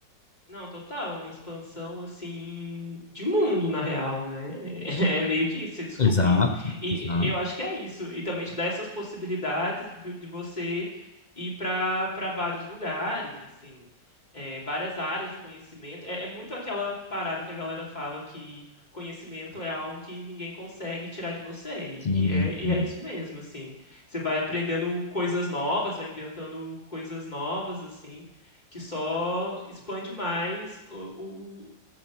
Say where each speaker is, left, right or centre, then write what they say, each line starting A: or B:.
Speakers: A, on the left; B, on the left.
A: Não, total, é uma expansão assim de mundo na real, né? <laughs> É meio que isso, você descobrindo.
B: Exato,
A: E
B: exato.
A: eu acho que é isso. E também te dá essas possibilidades de, de você ir para para vários lugares, assim, é, várias áreas de conhecimento. É, é muito aquela parada que a galera fala que conhecimento é algo que ninguém consegue tirar de você. E
B: Que Ninguém
A: e é,
B: tira.
A: e é isso mesmo, assim. Você vai aprendendo coisas novas, vai inventando coisas novas, assim que só expande mais o, o-